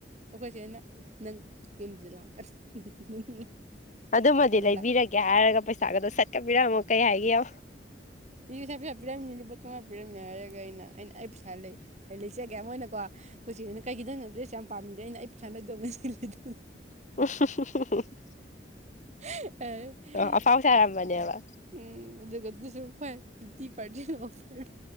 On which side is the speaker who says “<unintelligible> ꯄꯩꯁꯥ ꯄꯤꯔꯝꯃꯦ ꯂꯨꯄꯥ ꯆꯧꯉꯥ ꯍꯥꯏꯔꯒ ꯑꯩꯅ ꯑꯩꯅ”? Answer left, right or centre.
Right